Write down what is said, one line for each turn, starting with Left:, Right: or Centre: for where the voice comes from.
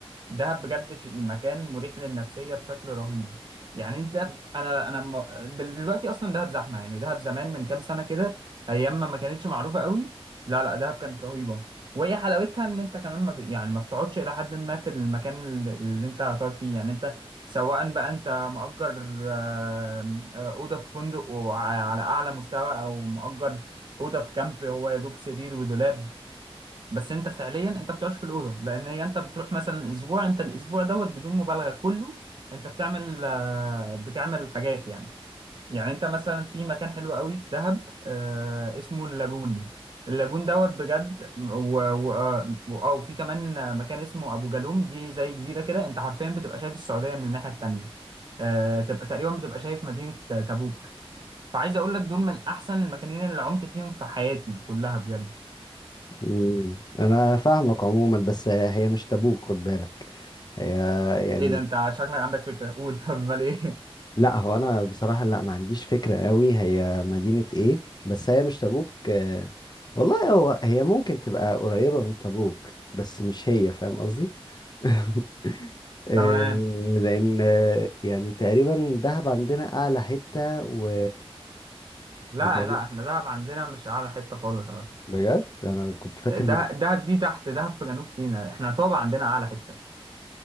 Right: دهب بجد شيء مكان مريح للنفسية بشكل رهيب يعني انت انا انا م- دل- دلوقتي اصلا دهب زحمة يعني دهب زمان من كام سنة كده ايام ما ما كانتش معروفة قوي لا لا دهب كانت رهيبة وهي حلاوتها ان انت كمان ما ب... يعني ما بتقعدش الى حد ما في المكان ال- اللي انت هتقعد فيه يعني انت سواء بقى انت مأجر آه، آه، أوضة في فندق وع- على اعلى مستوى او مأجر أوضة في كامب هو يا دوب سرير ودولاب بس انت فعليا انت ما بتقعدش في الاوضه لان هي انت بتروح مثلا اسبوع انت الاسبوع دوت بدون مبالغه كله انت بتعمل آه، بتعمل حاجات يعني يعني انت مثلا في مكان حلو قوي في دهب آه، اسمه اللاجون اللاجون دوت بجد و... و... آه، او في كمان مكان اسمه ابو جالوم دي زي جزيره كده انت حرفيا بتبقى شايف السعوديه من الناحيه التانيه آه، تبقى تقريبا بتبقى شايف مدينه تبوك فعايز اقول لك دول من احسن المكانين اللي عمت فيهم في حياتي كلها بجد
Left: مم. انا فاهمك عموما بس هي مش تبوك خد بالك هي يعني
Right: ايه ده انت شكلك عندك فكرة قول <laughs> طب امال ايه
Left: لا هو انا بصراحة لا ما عنديش فكرة قوي هي مدينة ايه بس هي مش تبوك آه، والله هو هي ممكن تبقى قريبة من تبوك بس مش هي فاهم قصدي <laughs>
Right: <laughs>
Left: آه،
Right: تمام
Left: لان آه، يعني تقريبا دهب عندنا اعلى حتة و
Right: لا
Left: وتقريبا
Right: لا احنا دهب عندنا مش اعلى حتة خالص على فكرة
Left: بجد انا كنت فاكر
Right: دهب
Left: إن-
Right: دهب دي تحت دهب في جنوب سيناء احنا طبعا عندنا اعلى حتة